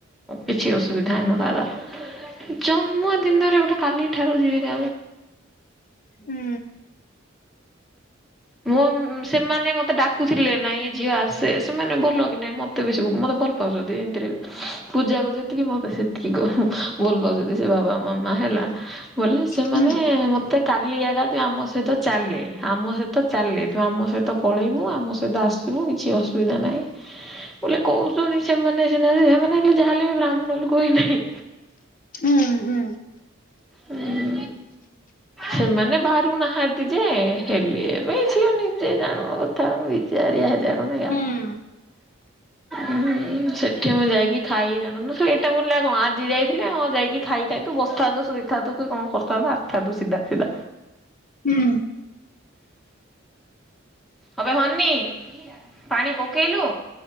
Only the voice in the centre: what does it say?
କିଛି ଅସୁବିଧା ହେଇ ନଥାନ୍ତା ଜନ୍ମଦିନରେ ଗୋଟେ କାଲିଠାରୁ ଯିବି।
ମୁଁ ଓମ ସେମାନେ ମତେ ଡା କୁଥିଲେ ନାଇଁ ଝିଅ ଆସେ ସେମାନେ ଭଲ କି ନାହିଁ ମତେ ବେଶୀ ମତେ ଭଲ ପାଉଛନ୍ତି ଏମିତିରେ ବି। ପୂଜାକୁ ଯେତିକି ମତେ ସେତିକି ଭଲ ପାଉଛନ୍ତି ସେ ବାବା ମାମା ହେଲା। ବୋଲେ ସେମାନେ
ମତେ କାଲି ଏକା ଆମ ସହିତ ଚାଲେ ଆମ ସହିତ ତ ଚାଲେ ତୁ ଆମ ସହିତ ପଳେଇବୁ ଆମ ସହିତ ଆସିବୁ କିଛି ଅସୁବିଧା ନାହିଁ। ବୋଲେ କହୁଛନ୍ତି ସେମାନେ ସିନା ହେ ସେମାନେ ହେଲେ ଯାହା ହେଲେ ବି ବ୍ରାହ୍ମଣ ଲୋକ କି ନାହିଁ।
ଉ ସେମାନେ ବାରୁନାହାନ୍ତି ଯେ ହେଲେ ଏବେ ଝିଅ ନିଜେ ଜାଣୁ ତାଣୁ ବିଜାରିଆ ହେଜାଗନେଗା।
ଉୁଁ ସେଠି ମୁଁ ଯାଇକି ଖାଇ ଜାଣନୁ ସେ ଏଇଟା ବୁଲେ କଣ ଆଜି ଯାଇଥିଲେ ହଁ ଯାଇକି ଖାଇ ସେଇଠୁ ବସିଥାନ୍ତୁ ସୁଇଥାନ୍ତୁ କି କଣ କରିଥାନ୍ତୁ ଆସିଥାନ୍ତୁ ସିଧା ସିଧା।
ଆବେ ହନି ପାଣି ପକେଇଲୁ।